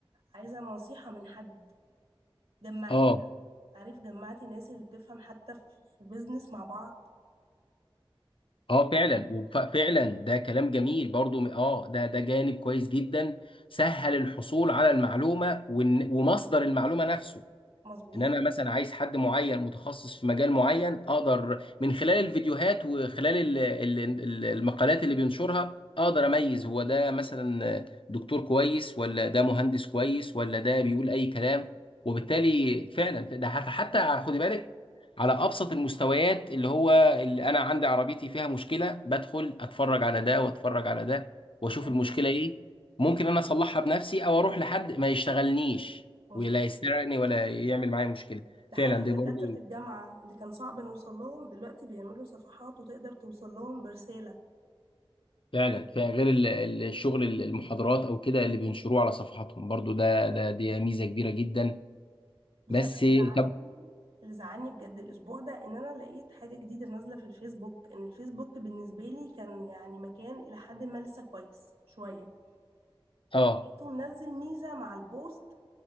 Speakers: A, on the right (about 75°); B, on the left (about 65°).
A: عايزه نصيحه من حد جمعتنا
B: اه
A: عارف جمعت الناس اللي بتفهم حتى في في بيزنس مع بعض
B: اه فعلا وف- فعلا ده كلام جميل برضو م- اه ده ده جانب كويس جدا سهل الحصول على المعلومة وإن- ومصدر المعلومة نفسه
A: مظبوط
B: ان انا مثلا عايز حد معين متخصص في مجال معين اقدر من خلال الفيديوهات وخلال ال- ال- ال- المقالات اللي بينشرها اقدر اميز هو ده مثلا دكتور كويس ولا ده مهندس كويس ولا ده بيقول اي كلام وبالتالي فعلا ده حتى حتى خدي بالك على ابسط المستويات اللي هو اللي انا عندي عربيتي فيها مشكله بدخل اتفرج على ده واتفرج على ده واشوف
A: ايوه
B: المشكله ايه ممكن انا اصلحها بنفسي او اروح لحد ما يشتغلنيش
A: مظبوط
B: ولا يسرقني ولا يعمل معايا مشكله
A: ده
B: فعلا
A: حتى دكاتره
B: دي برضو
A: الجامعه اللي كان صعب نوصل لهم دلوقتي بيعملوا صفحات وتقدر توصل لهم برساله
B: فعلا فعلا غير ال- ال- الشغل ال- المحاضرات او كده اللي بينشروه على صفحاتهم برضو ده ده دي ميزه كبيره جدا
A: بص
B: بس
A: انا اللي زعلني
B: طب
A: اللي زعلني بجد الاسبوع ده ان انا لقيت حاجه جديده نازله في الفيسبوك ان الفيسبوك بالنسبه لي كان يعني مكان الى حد ما لسه كويس شويه
B: اه
A: ومنزل ميزة مع البوست